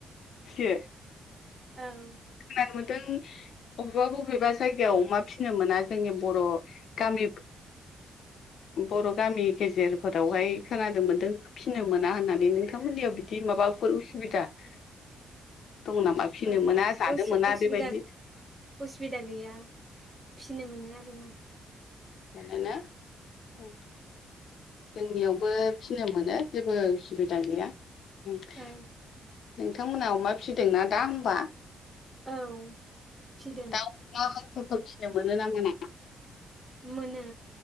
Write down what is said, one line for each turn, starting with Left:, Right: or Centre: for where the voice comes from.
Left: फियो।
Right: औ
Left: खोनानो मोन्दों अबेबा बबेबा जायगायाव अमा फिनो मोना जोंनि बर' गामि बर' गामि गेजेरफोरावहाय खोनानो मोन्दों। फिनो मोना होननानै नोंथांमोननियाव बिदि माबाफोर उसुबिदा दङो नामा? फिनो
Right: ओहो
Left: मोना जानो
Right: उसु
Left: मोना
Right: उसुबिदा
Left: बेबायदि
Right: उसुबिदा गैया फिनो मोनो आरोना।
Left: मोनोना औ। जोंनियावबो फिनो मोनो जेबो उसुबिदा गैया। उमनोंथांमोनहा
Right: औ
Left: अमा फिसिदोंना दा ओमबा?
Right: औ फिदों।
Left: दाउ अमा हांसोफोर फिसिनो मोनो ना मोना?
Right: मोनो।